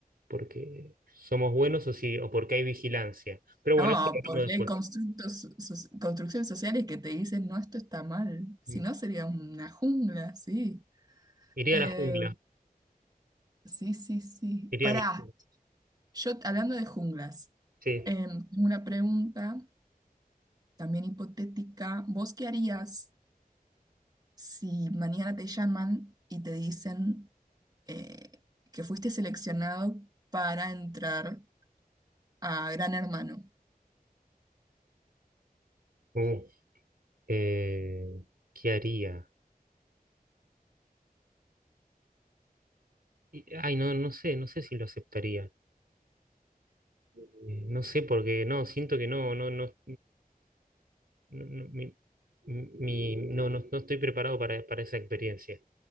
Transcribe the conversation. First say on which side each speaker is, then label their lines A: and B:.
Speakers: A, on the right; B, on the right.
A: porque somos buenos o, si, o porque hay vigilancia. Pero bueno,
B: No,
A: eso lo
B: porque
A: hablamos
B: hay
A: después.
B: constructos, so- construcciones sociales que te dicen, no, esto está mal, si
A: Mm.
B: no sería una jungla, sí.
A: Iría
B: Eh,
A: a la jungla,
B: sí, sí, sí.
A: iría
B: Pará,
A: a mi...
B: yo hablando de junglas,
A: Sí.
B: em, tengo una pregunta también hipotética, ¿vos qué harías? si mañana te llaman y te dicen eh, que fuiste seleccionado para entrar a Gran Hermano,
A: Uh, eh, ¿qué haría? Y- Ay, no, no sé, no sé si lo aceptaría. Eh, No sé, porque no, siento que no, no, no. no, no, mi- mi- no, no- no estoy preparado para, para esa experiencia.